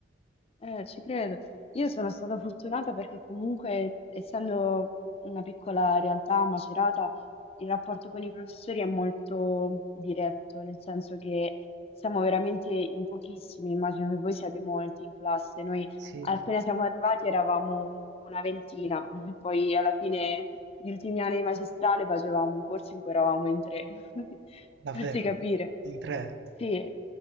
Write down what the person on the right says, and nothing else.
Sì,
sì.
Davvero,
in tre,